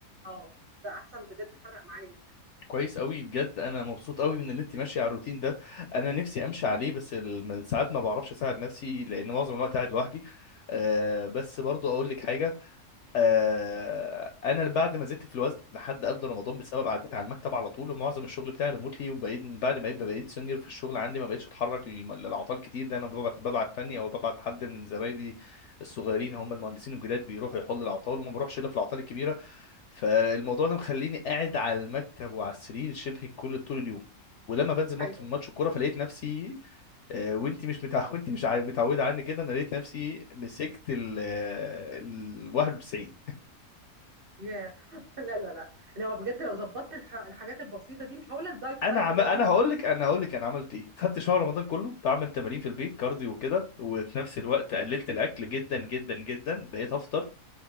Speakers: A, on the right (about 50°); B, on the left (about 70°).
A: اه آه، ده احسن بجد فرق معايا جدا
B: كويس أوي بجد أنا مبسوط أوي من إن أنت ماشية على الروتين ده أنا نفسي أمشي عليه بس ال- ساعات ما بعرفش أساعد نفسي لأن معظم الوقت قاعد لوحدي آه بس برضو أقول لك حاجة آه انا بعد ما زدت في الوزن لحد قبل رمضان بسبب قعدتي على المكتب على طول ومعظم الشغل بتاعي ريموتلي وبقيت من بعد ما بقيت بقيت سينيور في الشغل عندي ما بقيتش اتحرك للم- للعطال كتير دايما ببعت ببعت فني او ببعت حد من زمايلي الصغيرين هم المهندسين الجداد بيروحوا يحلوا العطال وما بروحش الا في العطال الكبيره فالموضوع ده مخليني قاعد على المكتب وعلى السرير شبه كل طول اليوم ولما بنزل ماتش
A: ايوه
B: ماتش الكوره فلقيت نفسي آه، وانت مش متع... <laughs> وانت مش عا- متعوده عني كده انا لقيت نفسي مسكت ال آه، ال 91
A: ياه <laughs> لا لا لا اللي هو بجد لو ظبطت الح... الحاجات البسيطه دي مش هقول لك دايت
B: انا
A: دايت
B: عم...
A: اللي
B: انا
A: هو تمشي
B: هقول
A: على
B: لك انا هقول لك انا عملت ايه
A: الطعام.
B: خدت شهر رمضان كله بعمل تمارين في البيت كارديو وكده وفي نفس الوقت
A: حلو
B: قللت الاكل جدا جدا جدا بقيت افطر